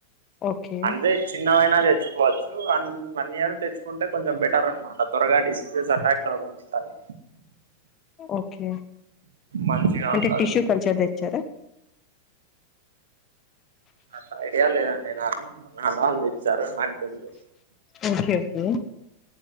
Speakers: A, on the left; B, on the right.
A: ఓకే
B: అంటే చిన్నవైనా తెచ్చుకోవచ్చు అనీ మనీయా తెచ్చుకుంటే కొంచెం బెటర్ మల్ల త్వరగా డిసీసెస్ అటాక్ కాకుండా చూస్తారు
A: ఓకే
B: మంచిగా
A: అంటే
B: ఉంటది
A: టిష్యూ కల్చర్ తెచ్చారా
B: అంత ఐడియా లేదండి నాకు మా నాన్న వాళ్ళు ఇచ్చారు నాకు తెల్దు
A: ఓకే వద్దు